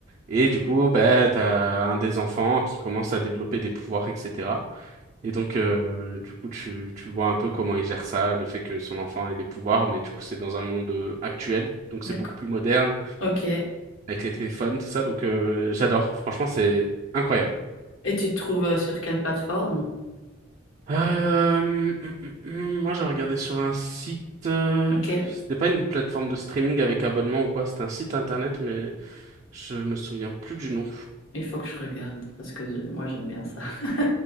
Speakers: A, on the right; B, on the left.
A: Et du coup, bah, t'as un des enfants qui commence à développer des pouvoirs, etc. Et donc, euh, du coup, tu, tu vois un peu comment il gère ça, le fait que son enfant ait des pouvoirs, mais du coup, c'est dans un monde euh, actuel, donc
B: D'accord.
A: c'est beaucoup plus moderne,
B: Ok. Et
A: avec les téléphones, tout ça. Donc, euh, j'adore. Franchement, c'est incroyable.
B: tu te trouves euh, sur quelle plateforme?
A: Euh, hum, hum, hum, moi, j'ai regardé sur un site. euh,
B: Ok.
A: c'était pas une plateforme de streaming avec abonnement ou quoi. C'était un site internet, mais je me souviens plus du nom.
B: Il faut que je regarde parce que je- moi j'aime bien ça. <laughs>